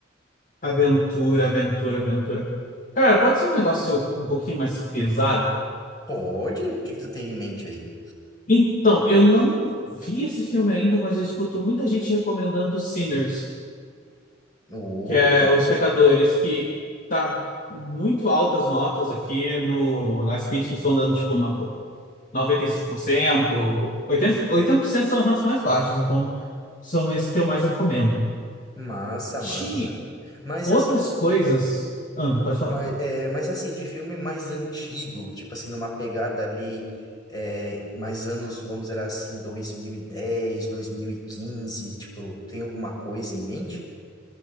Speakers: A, on the left (about 40°); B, on the left (about 20°).
A: Aventura, aventura, aventura. Cara, pode ser um negócio um pouquinho mais pesado?
B: Pode? O que que tu tem em mente aí?
A: Então, eu não vi esse filme ainda, mas eu escuto muita gente recomendando Sinners,
B: Ô,
A: que é Os Pecadores, que tá muito altas notas aqui no, nas críticas estão dando tipo nota 95%, 80%, 80% são as notas mais baixas, então são esses que eu mais recomendo.
B: massa,
A: Tinha
B: massa. Mas
A: Outras
B: assim,
A: coisas. Ah, pode falar.
B: Mas, É, mas assim, de filme mais antigo, tipo assim, numa pegada ali, é, mais anos, vamos dizer assim, dois dois mil mil e dez dois mil e quinze tipo, tem alguma coisa em mente?